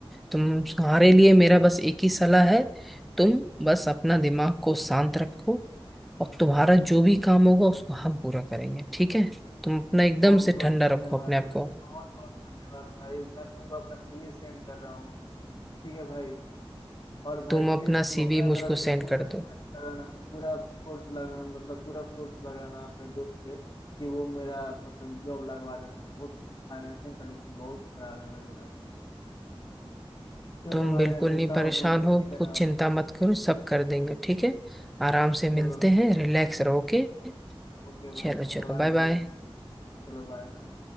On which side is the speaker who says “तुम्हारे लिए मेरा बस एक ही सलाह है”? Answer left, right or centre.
Centre